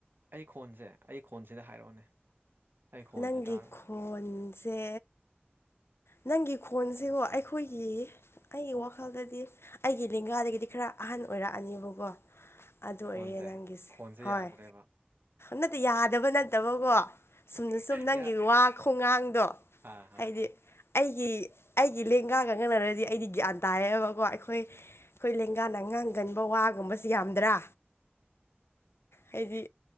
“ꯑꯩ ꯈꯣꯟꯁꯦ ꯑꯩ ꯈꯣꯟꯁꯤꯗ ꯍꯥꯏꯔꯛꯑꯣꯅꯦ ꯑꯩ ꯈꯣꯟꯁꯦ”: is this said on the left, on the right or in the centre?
Right